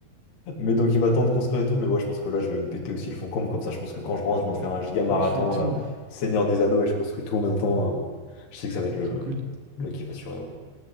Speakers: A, on the left; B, on the right.
A: mais donc il m'attend de construire et tout, mais ouais, je pense que là je vais me péter aussi le fond comble, comme ça je pense que quand je rentre, je me fais un giga marathon
B: Ouais, tu fais tout,
A: euh,
B: ouais.
A: Seigneur des Anneaux et je construis tout en même temps. euh, je sais que ça
B: Mm,
A: va être le,
B: trop cool.
A: le kiff assuré, ouais.